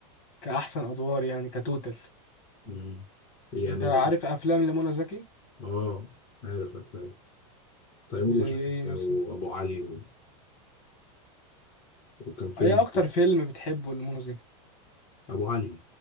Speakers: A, on the left (about 45°); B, on the left (about 25°).
A: كاحسن ادوار يعني كتوتال
B: مم. يعني
A: انت عارف افلام لمنى زكي
B: آه عارف أفلام تيمور
A: زي
B: وشفيق
A: ايه مثلا
B: وابو علي و... وكان فيلم
A: ايه اكتر فيلم بتحبه لمنى زكي
B: ابو علي